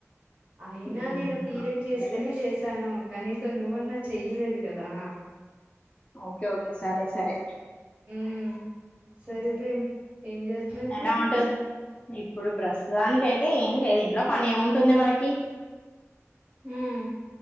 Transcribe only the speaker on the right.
అయినా
నేను తీరక్
చేసుకునే చేశాను కనీసం నువ్వన్నా చెయ్యలేదు కదా?
ఉమ్ సరెలె ఏం చేస్తవ్ ఇప్పుడు
హుమ్మ్